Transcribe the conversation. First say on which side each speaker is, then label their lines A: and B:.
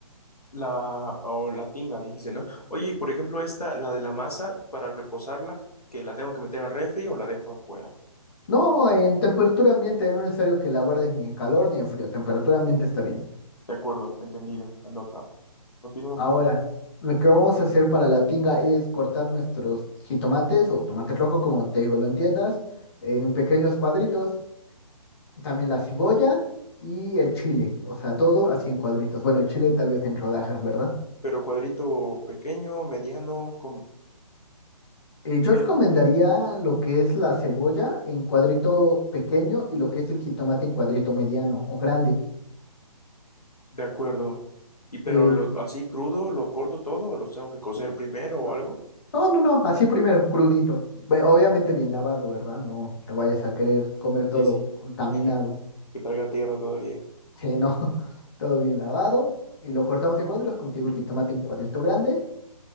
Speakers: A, on the left; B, on the left.
A: La, o la tinga, dijiste, ¿no? Oye, y por ejemplo, esta, la de la masa, para reposarla, que la tengo que meter al refri o la dejo afuera.
B: No, en temperatura ambiente, no es necesario que la guardes ni en calor ni en frío, temperatura ambiente está bien.
A: De acuerdo, entendido, anotado. Continúa.
B: Ahora, lo que vamos a hacer para la tinga es cortar nuestros jitomates o tomate rojo, como te digo, lo entiendas, en pequeños cuadritos. También la cebolla y el chile, o sea, todo así en cuadritos. Bueno, el chile tal vez en rodajas, ¿verdad?
A: Pero cuadrito pequeño, mediano, ¿cómo?
B: Eh, yo recomendaría lo que es la cebolla en cuadrito pequeño y lo que es el jitomate en cuadrito mediano o grande.
A: De acuerdo. ¿Y pero
B: El-
A: lo, así crudo, lo corto todo o los tengo que cocer primero o
B: no,
A: algo?
B: no, no, no, así primero, crudito. Ve- Obviamente bien lavado, ¿verdad? No te vayas a querer comer todo
A: Sí, sí.
B: contaminado.
A: <laughs> Que traiga tierra todavía.
B: Sí, no, <laughs> todo bien lavado. Y lo cortamos en cuadros, como te digo, el jitomate en cuadrito grande.